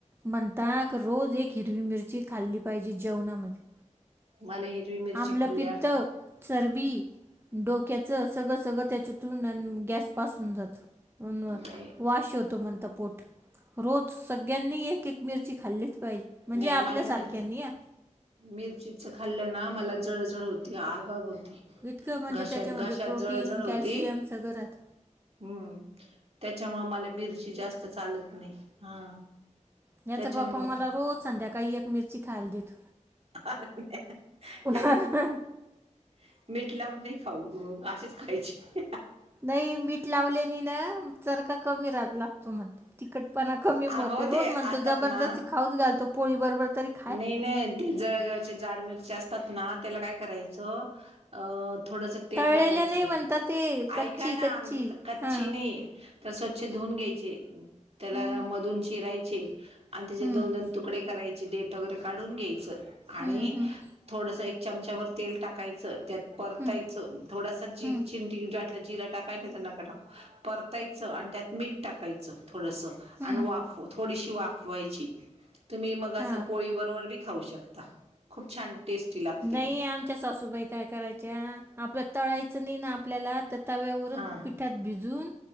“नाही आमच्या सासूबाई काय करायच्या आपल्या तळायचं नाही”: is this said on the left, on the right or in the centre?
Right